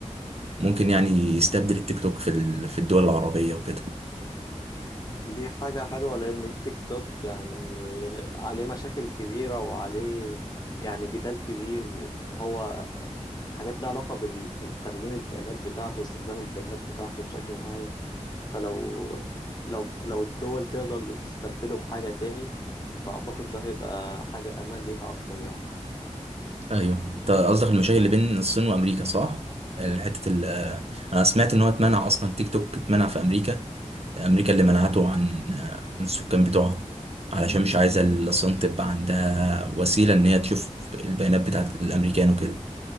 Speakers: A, on the right; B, on the left.
A: ممكن يعني يستبدل التيك توك في ال... في الدول العربيه وكده
B: دي حاجة حلوة لأن التيك توك يعني عليه مشاكل كبيرة وعليه يعني جدال كبير إن هو حاجات لها علاقة بال- بتخزين البيانات بتاعته واستخدام البيانات بتاعته بشكل معين فلو لو لو الدول تقدر تستبدله بحاجة تاني فأعتقد ده هيبقى حاجة أمان ليها أكتر يعني
A: ايوه انت قصدك المشاكل اللي بين الصين وامريكا صح؟ يعني حته ال انا سمعت ان هو اتمنع اصلا تيك توك اتمنع في امريكا امريكا اللي منعته عن من السكان بتوعها علشان مش عايزه الصين تبقى عندها وسيله ان هي تشوف البيانات بتاعت الامريكان وكده